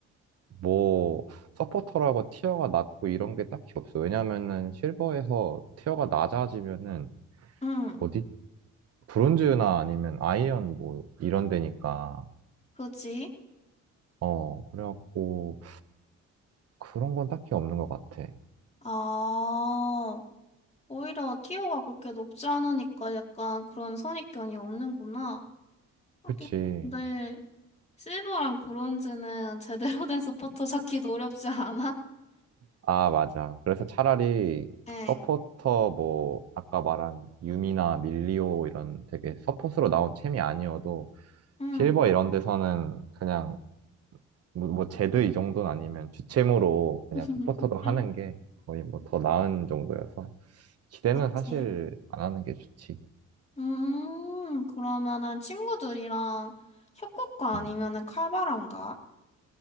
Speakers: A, on the right; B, on the left.
A: 뭐 서포터라고 티어가 낮고 이런 게 딱히 없어. 왜냐면은 실버에서 티어가 낮아지면은
B: 응.
A: 어디 브론즈나 아니면 아이언 뭐 이런 데니까.
B: 그지?
A: 어, 그래갖고 그런 건 딱히 없는 것 같아.
B: 아, 오히려 티어가 그렇게 높지 않으니까 약간 그런 선입견이 없는구나. 하긴
A: 그치.
B: 근데 실버랑 브론즈는 제대로 된 서포터 찾기도 어렵지 않아?
A: 아, 맞아. 그래서 차라리
B: 응,
A: 서포터 뭐 아까 말한 유미나 밀리오 이런 되게 서폿으로 나온 챔이 아니어도
B: 응.
A: 실버 이런 데서는 그냥 뭐, 뭐 제드 이 정도는 아니면 주챔으로 그냥
B: <laughs>
A: 서포터도 하는
B: 응.
A: 게 거의 뭐 더 나은 정도여서 기대는
B: 그치.
A: 사실 안 하는 게 좋지.
B: 음, 그러면은 친구들이랑 협곡가 아니면은
A: 음.
B: 칼바람가?